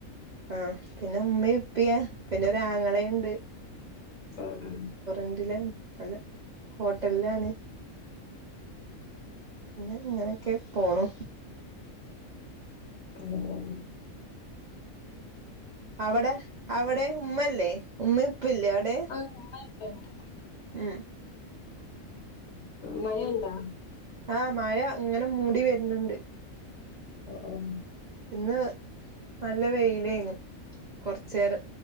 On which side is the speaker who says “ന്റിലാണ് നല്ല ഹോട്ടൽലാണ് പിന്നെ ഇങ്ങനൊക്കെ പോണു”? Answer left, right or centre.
Right